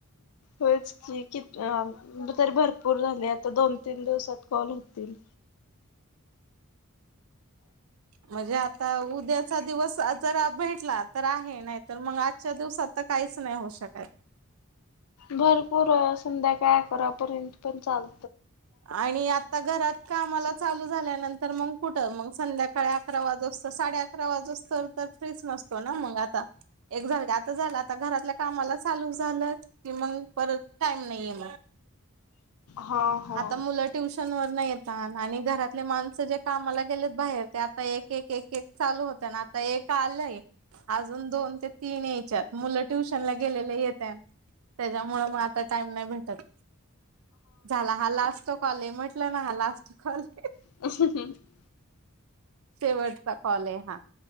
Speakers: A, on the left; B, on the right.
A: होयच की. कती अ तरी भरपूर झाले आता. दोन तीन दिवसात कॉल होतील.
B: म्हणजे आता उद्या चा दिवस जरा भेटला तर आहे. नाही तर मग आजच्या दिवसात तर काहीच नाही होऊ शकत.
A: भरपूर संध्याकाळ अकरापर्यंत पण चाल
B: आणि आता घरात कामाला चालू झाल्यानंतर मग कुठं? मग संध्याकाळी अकरा वाजुसत. साडे आक आकरावाजुसत तर फ्रीच नसतो ना मग आता. एक झालं की. आता झालं. आता घरातल्या कामाला चालू झालं कि मग परत टाईम नाहीये मग.
A: हा. हा
B: आता मुलं ट्युशन वरन येतात. आणि घरातले माणसं जे कामाला गेलेत बाहेर. ते आता एक एक एक एक चालू होतय ना. आता एक आलंय. अजून दोन ते तीन यायच्यात मुलं ट्युशनला गेलेल येत्यान त्याच्यामुळ मग आता टाइम नाही भेटत. झाला हा लास्ट कॉलय म्हटलं ना हा लास्ट कॉलय.
A: <inaudible>
B: शेवटचा कॉलय हा.